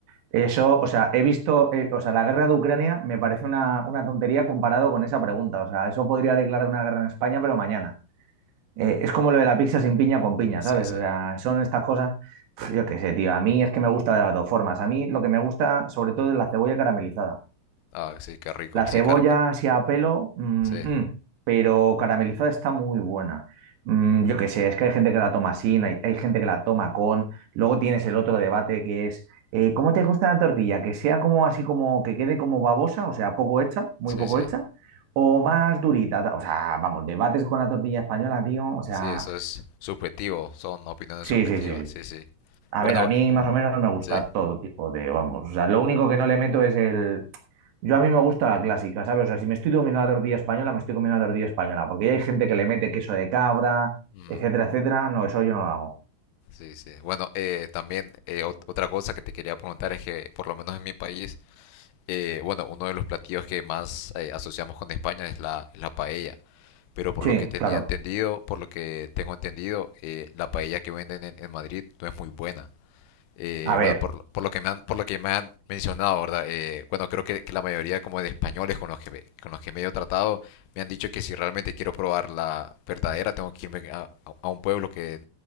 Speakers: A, on the right; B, on the left.
A: Eso, o sea, he visto, eh, o sea, la guerra de Ucrania me parece una, una tontería comparado con esa pregunta. O sea, eso podría declarar una guerra en España, pero mañana. Eh, es como lo de la pizza sin piña con piña,
B: Sí,
A: ¿sabes?
B: sí.
A: O sea, son estas cosas, Pf, yo qué sé, tío. A mí es que me gusta de las dos formas. A mí lo que me gusta sobre todo es la cebolla caramelizada.
B: Ah, sí, qué rico.
A: La
B: Sí,
A: cebolla
B: caramelo.
A: así a pelo, mm,
B: Sí,
A: mm, pero caramelizada está muy buena. Mm, yo qué sé, es que hay gente que la toma sin, hay, hay gente que la toma con. Luego tienes el otro debate que es, eh, ¿cómo te gusta la tortilla? ¿Que sea como así como que quede como babosa, o sea, poco hecha, muy
B: sí,
A: poco
B: sí.
A: hecha, o más durita? ta- O sea, vamos, debates con la tortilla española, tío. O sea,
B: Sí, eso es subjetivo. Son opiniones
A: sí,
B: subjetivas.
A: sí, sí, sí.
B: Sí, sí.
A: A
B: Bueno,
A: ver, a mí más o menos me gusta
B: sí.
A: todo tipo de, vamos, o sea, lo único que no le meto es el... Yo a mí me gusta la clásica, ¿sabes? O sea, si me estoy comiendo la tortilla española, me estoy comiendo la tortilla española, porque ya hay gente que le mete queso de cabra,
B: Ujú.
A: etcétera, etcétera. No, eso yo no lo hago.
B: Sí, sí. Bueno, eh, también eh, ot- otra cosa que te quería preguntar es que, por lo menos en mi país, eh, bueno, uno de los platillos que más eh, asociamos con España es la, es la paella. pero por
A: Sí,
B: lo que tenía
A: claro.
B: entendido, por lo que tengo entendido, eh, la paella que venden en, en Madrid no es muy buena. Eh,
A: A ver,
B: bueno, por, por lo que me han, por lo que me han mencionado, ¿verdad? Eh, bueno, creo que, que la mayoría como de españoles con los que me- con los que me he tratado me han dicho que si realmente quiero probar la verdadera tengo que irme a, a un pueblo que